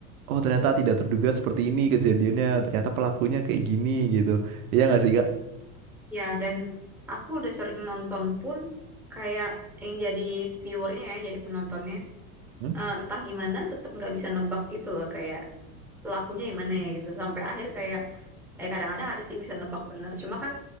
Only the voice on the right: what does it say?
Oh ternyata tidak terduga seperti ini kejadiannya. Ternyata pelakunya kayak gini gitu. Iya nggak sih Kak?
Hmm?